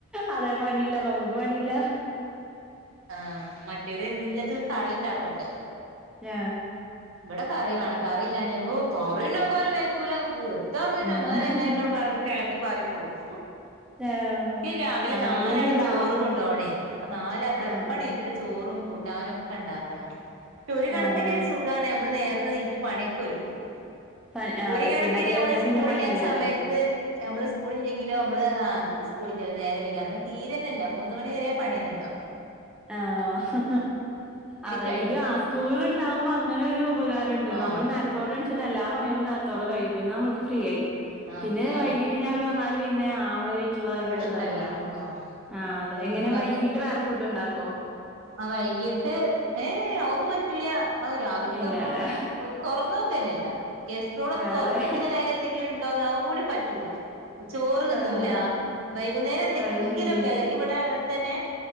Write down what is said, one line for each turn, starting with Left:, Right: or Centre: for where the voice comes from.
Centre: അതെ പണിയില്ല നമുക്ക് പണിയില്ല.
Right: ആഹാ മറ്റേത് എല്ലാത്തിനും കറി ഉണ്ടാക്കണ്ടേ.
Centre: ഞാ
Right: ഇവിടെ കറി വേണം കറിയില്ലഞപ്പോ ഉകറിയില്ലപോ വെക്കുലന്ന് പറയും. ഇതാ പിന്നെ
Centre: ആഹ്
Right: അങ്ങനെ എങ്ങനെക്കെട് പറഞ്ഞിട്ട് എളക്കി പാറി പോവും.
Centre: ആഹ്
Right: ഈ രാവിലെ
Centre: കറി
Right: നാലാള്
Centre: ഈ രാവി
Right: ചോറ് കൊണ്ടോണേ അപ്പൊ നാലാത്ത്
Centre: ആഹ്
Right: എപ്പഴയെറ്റ്ച്ച്
Centre: ആഹ്
Right: ചോറും കൂട്ടാനൊക്കെ ഇണ്ടാക്കണം ക്ഷെ ഒരു കണക്കിന്
Centre: ആഹ്
Right: സു ഖാണ് നമ്മള് നേരത്തെ എണിറ്റ് പണിയൊക്കെ ഒരുക്കും
Centre: പണി ആഹ്
Right: ഒരു
Centre: അതെ
Right: കണക്കിന്
Centre: പിന്നെ അത് കഴിഞ്ഞാ
Right: നമ്മള് സ്കൂളില്ലാത്ത
Centre: പിന്നെ പണിയില്ലല്ലോ
Right: സമയ പേ. നമ്മള് സ്കൂളില്ലെങ്കിലോ നമ്മള് ആഹ് ഇന്നിപ്പ സ്‌കൂളില്ല നേരെ വെക്കാം അന്ന് തിരന്നല്ല മൂന്ന് മണി വരെ പണി തന്നെയുണ്ടാവ. <inaudible>
Centre: ആഹാ അതാഇത്
Right: കഴിഞ്ഞ്
Centre: ആസ് സ്കൂള് ഉണ്ടാവുമ്പോ അങ്ങനെ ഒരു ഉപകാരം ഉണ്ട്
Right: ആഹ്
Centre: നമ്മള് നേ തൊടണ്ച്ചിട്ട് എല്ലാ പണികളും നേരത്തോടെ കഴിയും. പിന്നെ നമ്മൾക്ക് ഫ്രീ ആയി
Right: ആഹ്
Centre: പിന്നെ
Right: ഫ്രീ
Centre: വൈകിട്ട്
Right: ആയി
Centre: ഇഞ്ഞി അവര് വന്നാല്. പിന്നെ ആവരായിട്ട്ള്ള <unintelligible>
Right: പ്രശ്നല്ല
Centre: ഇതല്ലേള്ളൂ
Right: ആഹ്
Centre: ആഹ് അതെ
Right: ഓര്ക്കുള്ള
Centre: എങ്ങനെ വൈകിട്ട് വെറേ സ് ഫുഡ് ണ്ടാക്കോ?
Right: ആഹ് വൈകിട്ട് ഏഹ് ഏഹ് അതൊന്നും പറ്റൂല അഹ് രാവില്ത്തെപ്പോ
Centre: ഇല്ല അല്ലെ
Right: ഓര് തൊറനോക്കനെല്ല. ഗസ്ട്രോളൊന്ന് തൊർന്നെങ്കിലല്ലെ
Centre: അതെ
Right: അയ്‌ല് എന്തെങ്കിലുണ്ടോന്ന് അതും കൂടി പറ്റൂല്ല. ചോറ് തിന്നൂല
Centre: ആഹ്
Right: വൈകുന്നേരം എന്തെങ്കിലൊക്കെ
Centre: അത് ശരി
Right: അല്ലെങ്കി ഇവടെ അട്ത്തെന്നെ